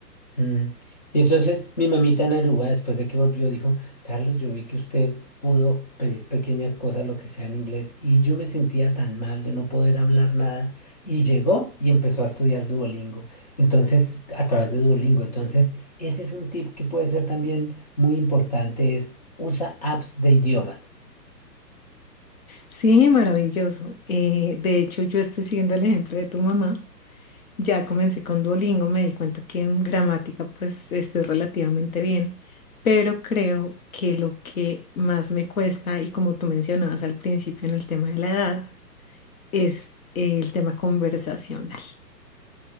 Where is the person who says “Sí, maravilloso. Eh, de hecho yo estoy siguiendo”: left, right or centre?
Left